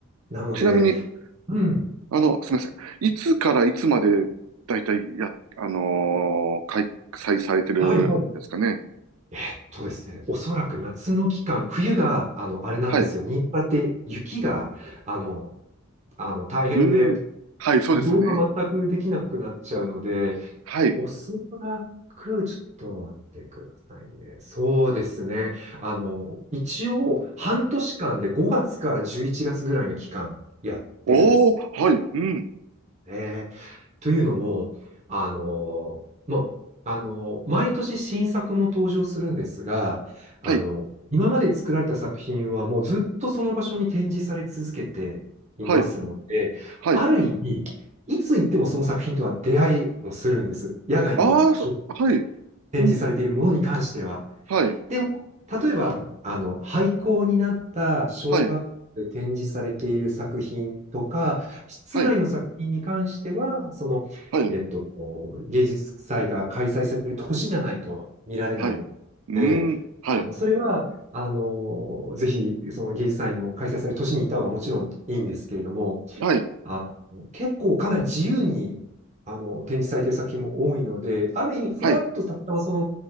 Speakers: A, on the right; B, on the right.
A: なので、
B: ちなみに、
A: うん。
B: あの、すみません。いつからいつまで、だいたいや、あのー開催されてるんですかね。
A: はいはい。えっとですね、おそらく夏の期間、冬が、あの、あれなんですよ。
B: はい。
A: 新潟って雪が、あの、あの、大変で、
B: うーん。はい、そうですよね。
A: 移動が全くできなくなっちゃうので、
B: はい。
A: おそらく、ちょっと待ってくださいね。そうですね。あの、一応、半年間で5月から11月ぐらいの期間やってる
B: おー、はい、うん。
A: ね。というのも、あの、もう、あの、毎年新作も登場するんですが、あの、
B: はい、
A: 今まで作られた作品はもうずっとその場所に展示され続けていますので、
B: はい、はい。
A: ある意味、いつ行ってもその作品とは出会いもするんです。野外にちょっと
B: ああ、そはい、
A: 展示されているものに関しては。
B: うん。はい、
A: でも、例えば、あの、廃校になった小学校で展示されている作品とか、
B: はい、
A: 室内の作品に関しては、
B: はい、
A: その、
B: はい、
A: えっと、芸術祭が開催される年じゃないと見られないの
B: はい。うーん。
A: で、
B: はい、
A: あの、それは、あの、ぜひ、その芸術祭の開催される年に行った方がもちろんいいんですけれども、
B: はい、
A: あの、結構かなり自由に、あの、展示されている作品も多いので、ある意味、フラッとたまたまその、
B: はい。